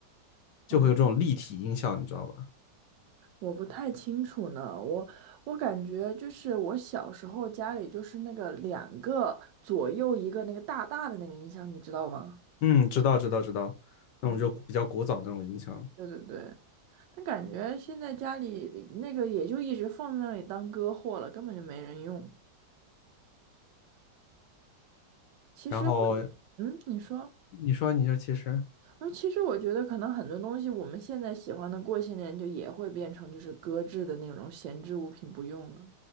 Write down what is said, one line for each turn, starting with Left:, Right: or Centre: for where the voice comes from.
Left: 就会有这种立体音效，
Right: 哦。
Left: 你知道吧？
Right: 我不太清楚呢，我我感觉就是我小时候家里就是那个两个左右一个那个大大的那个音箱，你知道吗？
Left: 嗯，知道知道知道，那种就比较古早的那种音箱。
Right: 嗯，对对对，但感觉现在家里那个也就一直放在那里当歌货了，根本就没人用。其实我，
Left: 然后
Right: 嗯，你说，
Left: 你说你说，其实
Right: 我说其实我觉得可能很多东西我们现在喜欢的，过些年就也会变成就是搁置的那种闲置物品不用了。